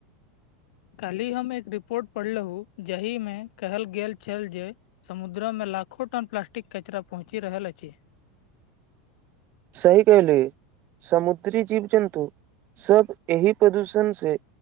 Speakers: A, on the left; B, on the right.
A: काल्हि हम एक रिपोर्ट पढ़लहुँ जाहिमे कहल गेल छल जे समुद्र मे लाखो टन प्लास्टिक कचरा पहुँचि रहल अछि।
B: सही कहिले समुद्री जीव जन्तु सब एहि प्रदूषण से